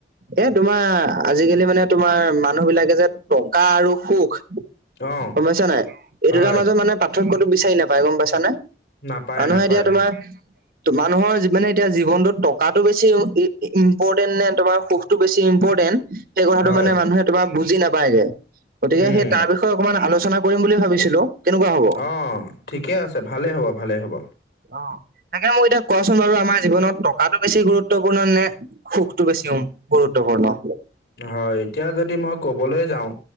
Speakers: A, on the right; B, on the left.
A: এ তোমাৰ আজিকালি মানে তোমাৰ মানুহ বিলাকে যে টকা আৰু সুখ
B: অ
A: গম পাইছা নাই? এই দুটাৰ
B: হয়
A: মাজত মানে পাৰ্থক্যটো বিচাৰি নাপায় গম পাইছা নে?
B: নাপায়
A: মানুহে
B: নাপায়
A: এতিয়া তোমাৰ মানুহৰ জী মানে এতিয়া জীৱনটোত টকাটো বেছি ই ই ইম্পৰটেণ্ট নে তোমাৰ সুখটো বেছি ইম্পৰটেণ্ট সেই কথাটো
B: হয়
A: মানে মানুহে তোমাৰ বুজি নাপায়গে। গতিকে
B: উম
A: সেই তাৰ বিষয়ে অকমান আলোচনা কৰিম বুলি ভাবিছিলো। কেনেকুৱা হ'ব?
B: অ, ঠিকে আছে। ভালেই হ'ব, ভালেই হ'ব।
A: অঁ তাকে মোক এতিয়া কোৱাচোন বাৰু আমাৰ জীৱনত টকাটো বেছি গুৰুত্বপুৰ্ণ নে? সুখটো বেছি উম গুৰুত্বপুৰ্ণ।
B: হয় এতিয়া যদি মই ক'বলৈ যাওঁ